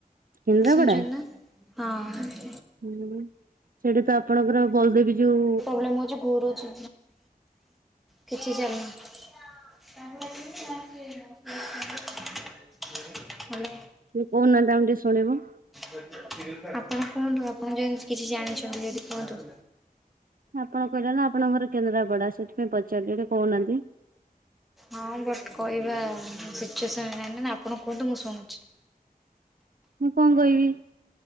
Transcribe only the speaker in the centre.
ଶୁଣିଚନ୍ତି ନା ହଁ।
ବ୍ଲେମ ହୋଉଚି ଘୁରୁଚି କିଛି ଚାଲୁନି। <inaudible> ହାଲୋ।
<inaudible> ଆପଣ କୁହନ୍ତୁ ଆପଣ ଯଦି କିଛି ଜାଣିଚନ୍ତି ଯଦି କୁହନ୍ତୁ।
ହଁ ବଟ୍ କହିବା ସିଚୁଏସନ୍ ନ ଆପଣ କୁହନ୍ତୁ ମୁଁ ଶୁଣୁଚି।